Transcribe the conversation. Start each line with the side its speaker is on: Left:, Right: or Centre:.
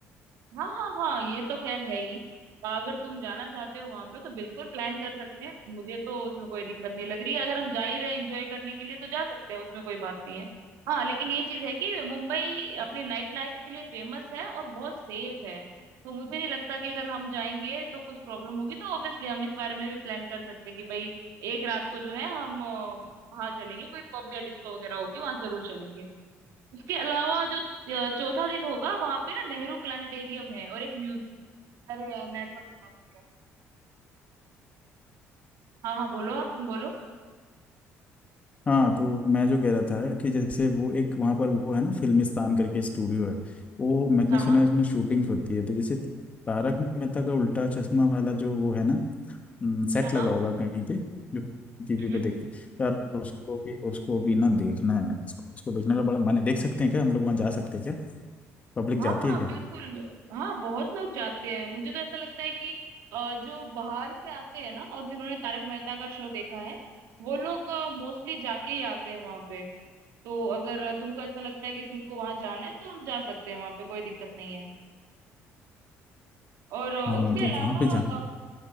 Right: हाँ हाँ हाँ ये तो खैर है ही अगर तुम जाना चाहते हो वहां पे तो बिल्कुल प्लान कर सकते हैं मुझे तो उसमें कोई दिक्कत नहीं लग रही अगर हम जा ही रहे एंजॉय करने के लिए तो जा सकते हैं उसमें कोई बात नहीं है हाँ लेकिन ये चीज है कि मुंबई अपनी नाइट लाइफ के लिए फेमस है और बहुत सेफ है तो मुझे नहीं लगता कि अगर हम जाएंगे तो कुछ प्रॉब्लम होगी तो ऑब्वियसली हम इस बारे में भी प्लान कर सकते हैं कि भाई एक रात को जो है हम अ, वहाँ चलेंगे कोई पब या डिस्को वगैरह होगी वहां जरूर चलेंगे उसके अलावा जो अ, चौथा दिन होगा वहां पे ना नेहरू प्लानिटेरियम है और एक म्यूजियम अरे यार नेटवर्क खराब हो गया हाँ हाँ बोलो आप तुम बोलो
Left: हाँ तो मैं जो कह रहा था कि जैसे वो एक वहाँ पर वो है ना फिल्मिस्तान करके स्टूडियो है वो मैंने
Right: हाँ
Left: सुना
Right: हाँ
Left: है उसमें शूटिंग्स होती है तो जैसे तारक मेहता का उल्टा चश्मा वाला जो वो है ना सेट
Right: हाँ
Left: लगा
Right: हाँ
Left: होगा कहीं पे जो टीवी
Right: हम्म
Left: पे देखते हैं यार उसको भी उसको भी ना देखना है उसको, उसको देखने का बड़ा मन है देख सकते हैं क्या हम लोग वहाँ जा सकते हैं क्या पब्लिक जाती
Right: हाँ हाँ
Left: है क्या
Right: बिल्कुल हाँ बहुत लोग जाते हैं मुझे तो ऐसा लगता है कि अ, जो बाहर से आते हैं ना और जिन्होंने तारक मेहता का शो देखा है वो लोग मोस्टली जाके ही आते हैं वहां पे तो अगर तुमको ऐसा लगता है कि तुमको वहां जाना है तो हम जा सकते हैं वहां पे कोई दिक्कत नहीं है और अ,
Left: हाँ
Right: उसके
Left: तो
Right: अलावा
Left: वहाँ पे जाना